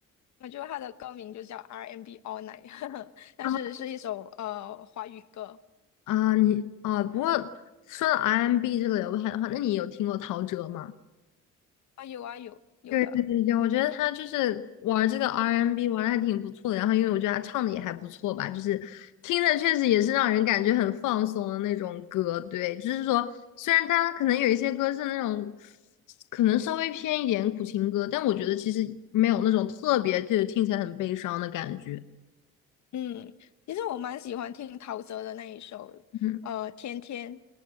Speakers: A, on the left; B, on the left.
A: 我觉得它的歌名就叫 R&B All Night，<laughs> 但是是一首呃华语歌
B: 啊。啊你啊，不过说到 R&B 这个流派的话，那你有听过陶喆吗？
A: 啊，有啊有有的，
B: 对对对对，我觉得他就是玩这个 R&B n 玩的还挺不错的，然后因为我觉得他唱的也还不错吧，就是听着确实也是让人感觉很放松的那种歌。对，就是说虽然他可能有一些歌是那种可能稍微偏一点苦情歌，但我觉得其实没有那种特别就是听起来很悲伤的感觉。
A: 嗯，其实我蛮喜欢听陶喆的那一首
B: 嗯
A: 呃天天，